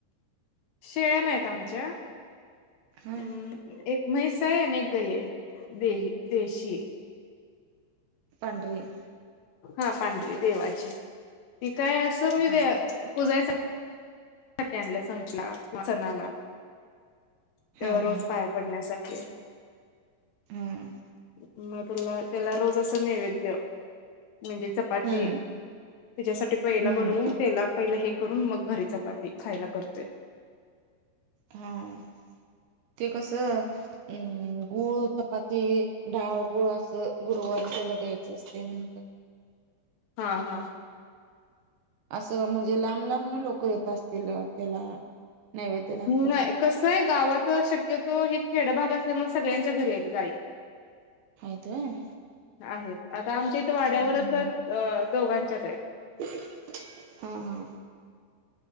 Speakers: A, on the left; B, on the right.
A: शेळ्या नाहीत आमच्या,
B: हा
A: म् एक म्हैस हाय आणि एक गयीं हाय दे देशी.
B: पांडरी हाय.
A: हा पांढरी देवाची, ती काय असं
B: हा
A: म्हणजे पूजाय साठी आणल्या संकला सणाला,
B: हा हा हा
A: रोज पाया पडण्यासाठी.
B: हम्म.
A: मग तुला त्याला रोज असं नैवेद्य. म्हणजे चपाती
B: हम्म
A: त्याच्यासाठी पहिला
B: हम्म
A: बनवून त्याला पहिला हे करून, मग घरी चपाती खायला करते.
B: हा हा. ते कसं? अम् गूळ चपाती, डाळ गूळ असं, गुरुवारी त्याला द्यायचं असते म्हणत्या.
A: हा हा.
B: असं म्हणजे लांब लांब लोक येत असतील, त्याला नैवेद्य दाखवायला
A: नाही. कसं आहे गावाकडं शक्यतो, हे खेडभाग असल्यामुळे सगळ्यांच्या घरी आहेत गाई.
B: आहेत व्हंय.
A: आहेत. आता आमच्या इथं वाड्यावरच
B: हम्म
A: अ दोघांच्याच आहेत.
B: <inaudible> हा हा.